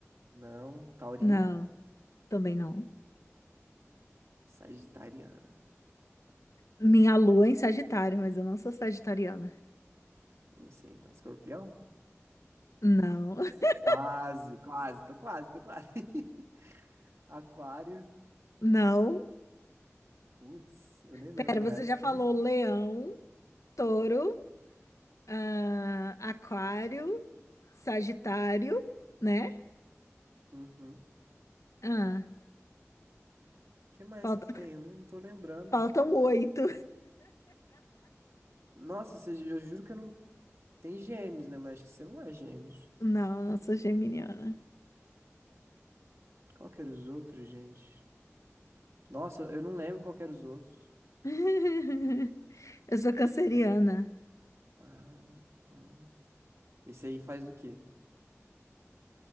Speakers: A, on the right (about 65°); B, on the left (about 85°).
A: Não. Taurina.
B: não, também não.
A: Sagitariana.
B: Minha lua é em Sagitário, mas eu não sou sagitariana.
A: Não sei, então. Escorpião?
B: Não, <laughs>
A: Quase, quase. Tô quase, tô quase. <laughs> Aquário.
B: não.
A: Putz, eu nem lembro
B: Pera, você
A: o resto.
B: já falou leão, touro, ah, aquário, sagitário, né?
A: Uhum.
B: Ah,
A: que mais
B: falta,
A: que tem? Eu não tô lembrando.
B: <laughs> faltam oito.
A: Nossa, você- eu juro que eu não... Tem gêmeos, né? Mas acho que você não é gêmeos.
B: Não, não sou geminiana.
A: Qual que era os outros, gente? Nossa, eu não lembro qual que era os outros.
B: <laughs> Eu sou canceriana.
A: Deixa eu ver Ah, tá. Esse aí faz do quê?